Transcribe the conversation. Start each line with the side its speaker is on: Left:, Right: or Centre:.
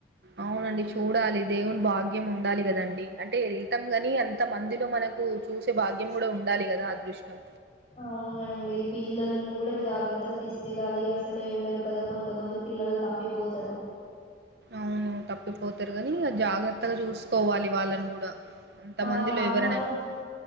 Right: అవునండి చూడాలి దేవుని భాగ్యం ఉండాలి కదండి. అంటే ఏల్తం గాని అంత మందిలో మన నాకు చూసే భాగ్యం గూడా ఉండాలి కదా. అదృష్టం
Left: అవునండి పిల్లల్ని కూడా జాగ్రత్తగా తీసుకెళ్ళాలి. అసలే ఏండలు కదా కొంతమంది. పి ల్లలు తప్పిపోతారు.
Right: అవును తప్పిపోతారు కానీ. ఇగ జాగ్రత్తగా చూసుకోవాలి వాళ్ళని గూడా. అంత
Left: ఆ
Right: మందిలో
Left: నార్మల్
Right: ఎవరైనా ఎట్లుంటరు.